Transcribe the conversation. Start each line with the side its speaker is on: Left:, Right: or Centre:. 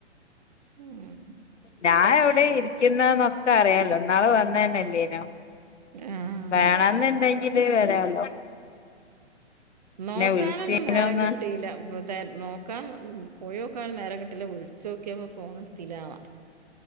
Right: ഉം
Left: ഞാൻ എവിടെ ഇരിക്കുന്നന്നൊക്കെ അറിയാലോ ഇന്നാള് വന്നതന്നെല്ലേനോ
Right: ആഹ്
Left: വേണന്നുണ്ടെങ്കില് വരാല്ലോ
Right: നോക്കാനൊന്നും
Left: വിളിച്ചീനോന്ന്
Right: നേരം കിട്ടിയില്ല നോക്കാം പോയോക്കൻ നേരം കിട്ടില്ല വിളിച്ചക്കിയപ്പോ ഫോൺ എടുതില്ലാർഞ്ഞ്